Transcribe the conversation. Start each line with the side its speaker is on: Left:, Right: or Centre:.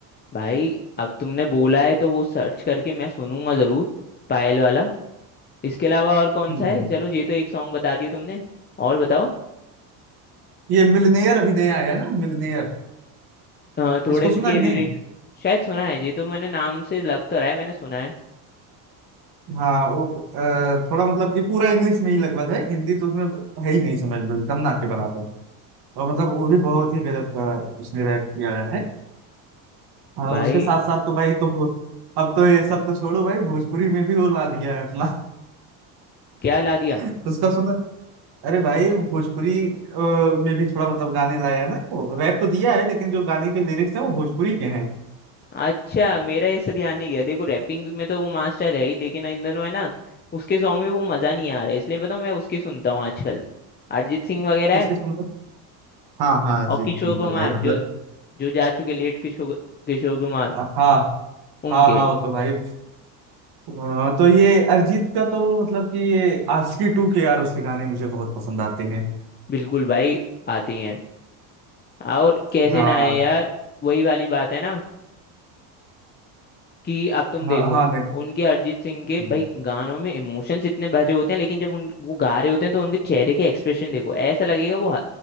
Left: भाई अब तुमने बोला है तो वो सर्च करके मैं सुनूंगा जरूर पायल वाला इसके अलावा और कौन
Right: हम्म
Left: सा है चलो ये तो एक सॉन्ग बता दिया तुमने और बताओ
Right: ये मिलनेयर अभी नया आया है ना मिलनेयर
Left: अ, थोड़े
Right: इसको
Left: इसके
Right: सुना है कि
Left: लिरिक्स
Right: नहीं
Left: शायद सुना है ये तो मैंने नाम से लग तो रहा है मैंने सुना है
Right: हाँ वो अ, थोड़ा मतलब कि पूरा इंग्लिश में ही लगभग है हिंदी तो उसमें है ही नहीं समझ लो एकदम ना के बराबर और मतलब वो भी बहुत ही गजब का उसने रैप किया गया है और
Left: भाई
Right: उसके साथ साथ तो भाई तो भो- अब तो ये सब तो छोड़ो भाई भोजपुरी में भी वो ला दिया है अपना
Left: क्या ला दिया
Right: <laughs> उसका सुना अरे भाई भोजपुरी अ, में भी थोड़ा मतलब गाने लाया है ना वो रैप तो दिया है लेकिन जो गाने के लिरिक्स हैं वो भोजपुरी के हैं
Left: अच्छा मेरा ऐसे ध्यान नहीं गया देखो रैपिंग में तो वो मास्टर है ही लेकिन इन दोनों है ना उसके सॉन्ग में वो मजा नहीं आ
Right: आप
Left: रहा है इसलिए बताऊँ मैं उसकी सुनता हूँ आजकल अरिजीत सिंह वगैरह
Right: किसके
Left: है
Right: सुन रहे हाँ हाँ अरिजीत
Left: और किशोर
Right: सिंह
Left: कुमार
Right: तो भाई मतलब
Left: जो जो जा चुके लेट किशोर किशोर कुमार
Right: हो? हाँ
Left: उनके
Right: हाँ हाँ वो तो भाई अ, तो ये अरिजीत का तो मतलब कि ये आशिकी टू के यार उसके गाने मुझे बहुत पसंद आते हैं
Left: बिल्कुल भाई आती हैं और कैसे
Right: हाँ
Left: ना आए यार वही वाली बात है ना कि अब तुम देखो
Right: हाँ हाँ, नहीं
Left: उनके अरिजीत सिंह के
Right: हम्म,
Left: भाई गानों में इमोशंस इतने भरे होते हैं लेकिन जब उन वो गा रहे होते हैं तो उनके चेहरे के एक्सप्रेशन देखो ऐसा लगेगा वो ह-